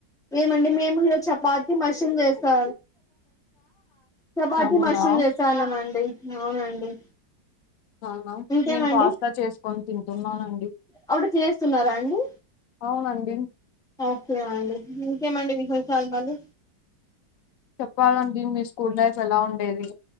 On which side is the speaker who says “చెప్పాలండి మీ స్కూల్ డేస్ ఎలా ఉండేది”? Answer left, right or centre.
Left